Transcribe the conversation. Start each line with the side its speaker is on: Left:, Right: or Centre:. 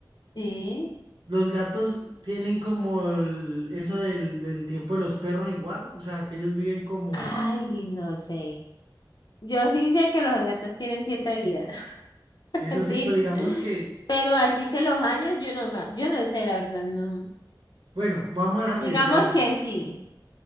Left: ¿Sí?
Right: Los gatos tienen como el- eso del, del tiempo de los perros igual, o sea, que ellos viven como,
Left: Ay, no sé. Yo sí sé que los gatos tienen siete vidas. <laughs>
Right: eso
Left: Di-
Right: sí, pero digamos que,
Left: Pero así que los años, yo no, ma- yo no sé, la verdad, no.
Right: bueno, vamos a arriesgarme,
Left: Digamos que sí.